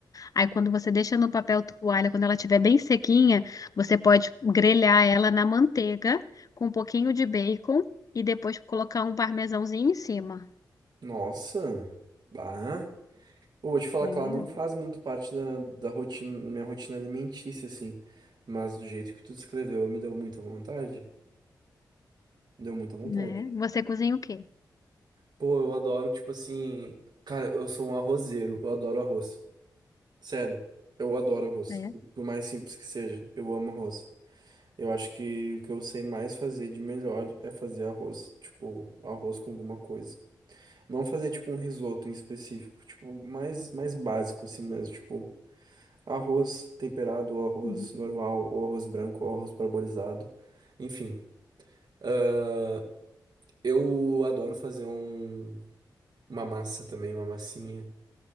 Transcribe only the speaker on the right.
Nossa. Bah. Eu vou te falar
que ela não faz muito parte da, da rotina, minha rotina alimentícia, assim. Mas do jeito que tu descreveu, me deu muita vontade. Deu muita vontade.
Pô, eu adoro, tipo assim. Cara, eu sou um arrozeiro, eu adoro arroz. Sério, eu adoro arroz.
Por mais simples que seja, eu amo arroz. Eu acho que o que eu sei mais fazer de melhor é fazer arroz. Tipo, arroz com alguma coisa. Não fazer, tipo, um risoto em específico. Tipo, mais, mais básico assim mesmo. Tipo, arroz temperado, ou arroz
normal, ou arroz branco, ou arroz parboilizado. Enfim, Ah, eu adoro fazer um, uma massa também, uma massinha.